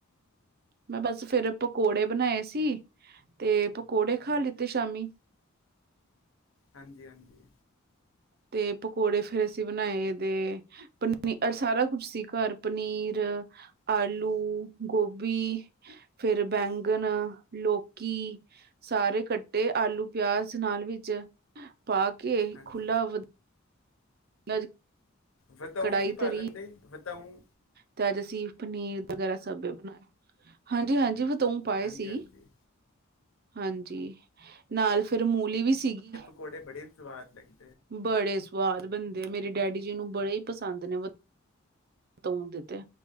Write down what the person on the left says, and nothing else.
ਹਾਂਜੀ ਹਾਂਜੀ
ਹਾਂਜੀ।
ਵਤਾਊ
ਵੀ ਪਾ
ਲੈਂਦੇ ਵਤਾਉ
ਹਾਂਜੀ
ਹਾਂਜੀ
ਪਕੋੜੇ ਬੜੀ ਸਵਾਦ ਲੱਗੀ